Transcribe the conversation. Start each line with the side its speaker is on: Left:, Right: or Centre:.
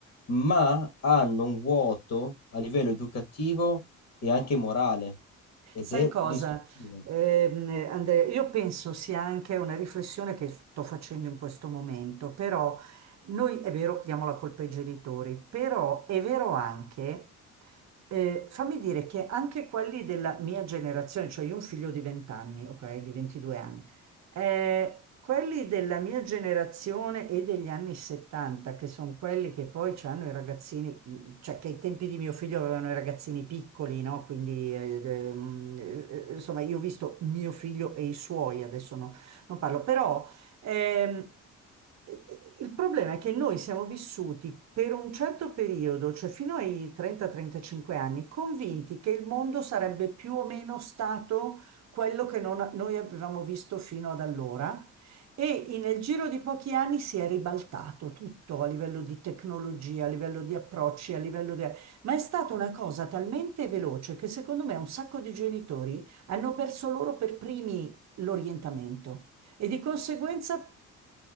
Left: ma hanno un vuoto a livello educativo e anche morale ed
Right: Sai
Left: è
Right: cosa,
Left: distruttivo.
Right: ehm, Andrea? Io penso sia anche una riflessione che sto facendo in questo momento, però noi è vero, diamo la colpa ai genitori, però è vero anche, eh, fammi dire che anche quelli della mia generazione, cioè io ho un figlio di 20 anni, ok, di 22 anni, eh, quelli della mia generazione e degli anni 70, che sono quelli che poi hanno i ragazzini, cioè che ai tempi di mio figlio avevano i ragazzini piccoli, no? Quindi, eh, ehm, eh, mm, eh, insomma, io ho visto mio figlio e i suoi, adesso no- non parlo, però ehm, eh, il problema è che noi siamo vissuti per un certo periodo, cioè fino ai 30-35 anni, convinti che il mondo sarebbe più o meno stato quello che non- noi avevamo visto fino ad allora. E nel giro di pochi anni si è ribaltato tutto a livello di tecnologia, a livello di approcci, a livello di... Ma è stata una cosa talmente veloce che secondo me un sacco di genitori hanno perso loro per primi l'orientamento e di conseguenza